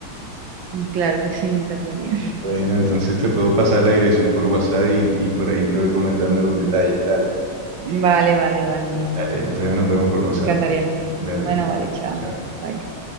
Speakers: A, on the right (about 75°); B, on the right (about 20°).
A: Mm, Claro que sí, me encantaría.
B: Bueno, entonces te puedo pasar la dirección por WhatsApp y, y por ahí te voy comentando los detalles. Dale.
A: Vale, vale, vale, listo.
B: Dale, entonces nos vemos por WhatsApp.
A: Me encantaría.
B: Dale,
A: Bueno, vale, chao.
B: chao.
A: Bye.